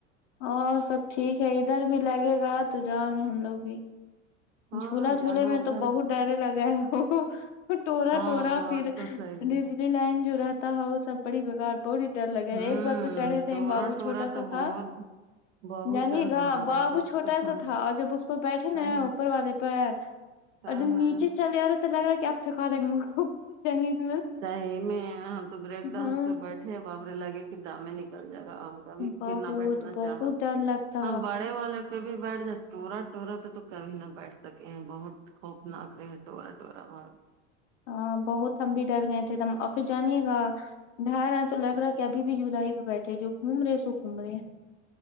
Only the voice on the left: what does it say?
اور سب ٹھیک ہے ادھر بھی لگے گا تو جائیں گے ہم لوگ بھی
جھولا جھولے
میں
تو بہت ڈرے لگے ا ٹورا
ٹورا
پھر
ڈجلی لائن جو رہتا ہے وہ سب بڑی بیگار بہتی ڈر لگے
ہے ایک بار تو چڑھے تھے
بابو
چھوٹا سا
تھا
جانیے
گا
بابو
چھوٹا
سا تھا اور جب اس پر بیٹھے
نا
اوپر وال والے پ
اور جب
نیچے چلے آ رہے تو لگ رہا کہ آپ پھینکا دیں گے پوچ جیں گے اس
ہاں
بہت
بہت
ڈر لگتا
ہاں بہت ہم بھی ڈر گئے تھے تم اور پھر جانیے گا گا رہا ہیں تو لگ رہا ہے کہ ابھی بھی جولائی پہ بیٹھے جو گھوم رہے سو گھوم رہے ہیں